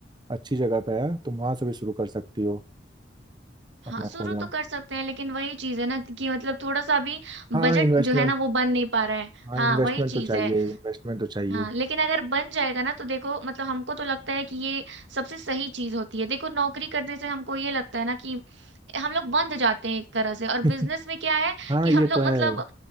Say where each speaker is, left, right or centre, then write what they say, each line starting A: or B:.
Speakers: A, on the right; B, on the right.
A: अच्छी जगह पे है तुम वहां से भी शुरू कर सकती हो अपना
B: हाँ शुरू
A: खोलना
B: तो कर सकते हैं लेकिन वही चीज है ना कि मतलब थोड़ा सा अभी बजट
A: हाँ इन्वेस्टमेंट
B: जो है ना वो बन नहीं पा रहा है
A: हाँ
B: हाँ
A: इन्वेस्टमेंट
B: वही
A: तो
B: चीज
A: चाहिए
B: है
A: इन्वेस्टमेंट तो चाहिए
B: हाँ लेकिन अगर बन जाएगा ना तो देखो मतलब हमको तो लगता है कि ये सबसे सही चीज होती है देखो नौकरी करने से हमको ये लगता है ना कि हम लोग बंध जाते हैं एक तरह से और
A: <laughs>
B: बिजनेस में क्या है
A: हाँ
B: कि
A: ये
B: हम लोग
A: तो है
B: मतलब